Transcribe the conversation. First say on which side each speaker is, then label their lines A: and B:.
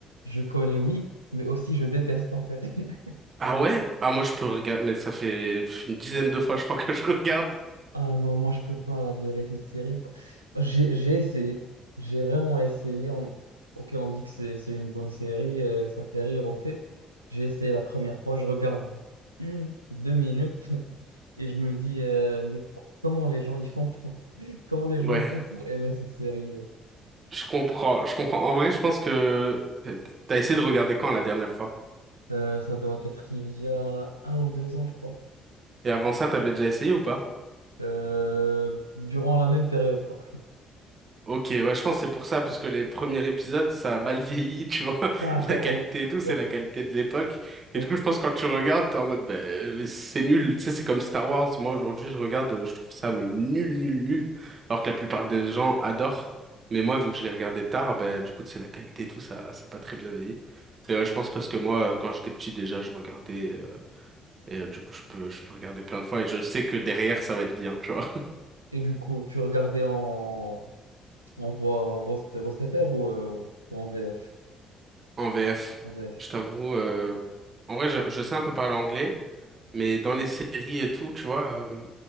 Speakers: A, on the right (about 80°); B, on the right (about 40°).
A: je connais, oui, mais aussi je déteste en fait. <laughs>
B: Ah ouais? Ah, moi, je peux regarder, mais ça fait pff, une dizaine de fois, je crois que je regarde.
A: Ah non, moi je peux pas blairer cette série. J'ai j'ai essayé, j'ai vraiment essayé. On- ok, on dit que c'est c'est une bonne série, euh, ça fait rire, ok. J'ai essayé la première fois, je regarde une, deux minutes <laughs> et je me dis, euh, mais pour- comment les gens ils font pour- <laughs> comment les
B: Ouais,
A: gens ils font pour aimer cette série?
B: je comprends, je comprends. En vrai, je pense que t'as essayé de regarder quand la dernière fois?
A: Euh, ça doit être il y a un ou deux ans, je crois.
B: Et avant ça, t'avais déjà essayé ou pas?
A: Euh, durant la même période, quoi.
B: Ok, ouais, je pense que c'est pour ça, parce que les premiers épisodes, ça a mal vieilli, tu vois.
A: D'accord,
B: <laughs> La qualité
A: ok,
B: et tout,
A: ok,
B: c'est la qualité de l'époque.
A: ok.
B: Et du coup, je pense que quand tu regardes, t'es en mode, bah, euh, c'est nul. Tu sais, c'est comme Star Wars. Moi, aujourd'hui, je regarde, euh, je trouve ça, mais nul, nul, nul. Alors que la plupart des gens adorent. Mais moi, vu que je l'ai regardé tard, bah, du coup, c'est la qualité et tout, ça, ça a pas très bien vieilli. Et ouais, je pense parce que moi, euh, quand j'étais petit, déjà, je regardais, euh, et euh, du coup, je peux, je peux regarder plein de fois et je sais que derrière, ça va être bien, tu vois.
A: Et du coup, tu regardais en, en voix, voix, voix STFR ou, euh, ou en VF?
B: En VF,
A: En VF.
B: je t'avoue, euh, en vrai, je, je sais un peu parler anglais, mais dans les séries et tout, tu vois, euh,